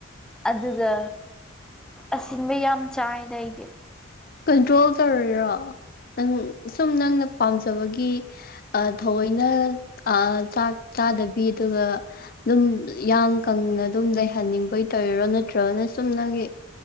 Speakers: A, in the centre; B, on the left.
A: ꯑꯗꯨꯒ ꯑꯁꯤꯟꯕ ꯌꯥꯝ ꯆꯥꯏꯗ ꯑꯩꯗꯤ
B: ꯀꯟꯇ꯭ꯔꯣꯜ ꯇꯧꯔꯤꯔꯣ ꯅꯪ ꯁꯨꯝ ꯅꯪꯅ ꯄꯥꯝꯖꯕꯒꯤ ꯁ ꯊꯑꯣꯏꯅ ꯑꯥ ꯆꯥꯛ ꯆꯥꯗꯕꯤ ꯑꯗꯨꯒ ꯗꯨꯝ ꯌꯥꯡ ꯀꯪꯅ ꯑꯗꯨꯝ ꯂꯩꯍꯟꯅꯤꯡꯕꯩ ꯇꯧꯔꯤꯔꯣ ꯅꯠꯇ꯭ꯔꯒꯅ ꯁꯨꯝ ꯅꯪꯒꯤ